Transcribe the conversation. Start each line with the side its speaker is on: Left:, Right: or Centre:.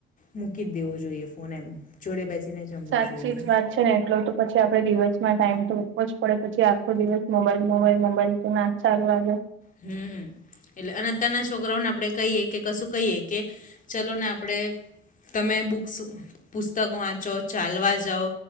Left: મૂકી જ દેવો જોઈએ ફોન એમ જોડે બેસીને જમવું
Right: સાચી
Left: જોઈએ.
Right: જ વાત છે ને. <unintelligible> પછી આપડે દિવસમાં ટાઈમ તો આપવો જ પડે પછી આખો દિવસ મોબાઈલ મોબાઈલ મોબાઈલ તો ના સારું લાગે.
Left: હમ. એટલે અને અત્યારના છોકરાઓને આપડે કહીએ કે કશું કહીએ કે ચલો ને આપડે તમે બુક પુસ્તકો વાંચો ચાલવા જાવ.